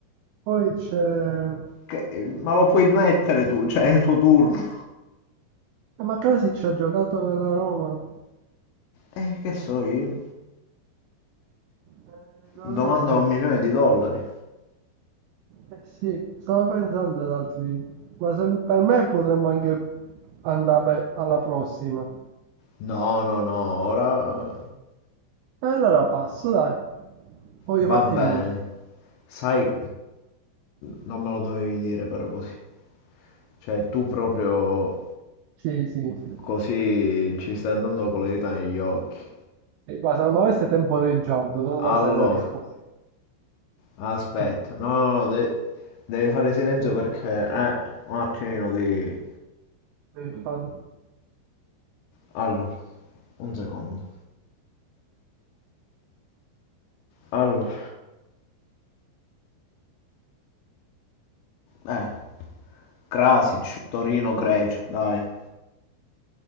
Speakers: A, on the right; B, on the left.
A: poi c'è... eh,
B: Che- ma lo puoi mettere tu, cioè è il tuo turno.
A: Ma Krasic ha giocato nella Roma?
B: Eh, che so io?
A: Eh, non
B: Domanda
A: lo so.
B: un milione di dollari.
A: Eh sì, stavo pensando ad altri. Ma se- per me potremmo anche andare alla prossima.
B: No, no, no, ora
A: E allora passo, dai. Voglio
B: va
A: farti
B: bene.
A: vincere.
B: Sai, non me lo dovevi dire però così. Cioè, tu proprio
A: Sì, sì, sì.
B: così ci stai andando con le dita negli occhi.
A: Sì, Ma secondo me stai temporeggiando, non la
B: Allora,
A: sai la risposta.
B: aspetta.
A: Mm.
B: No, no, no, de- devi fare silenzio perché... Eh, un attimino di...
A: Eh, fa-
B: Allora, un secondo. Allora, eh, Krasic, Torino-Grecia, dai.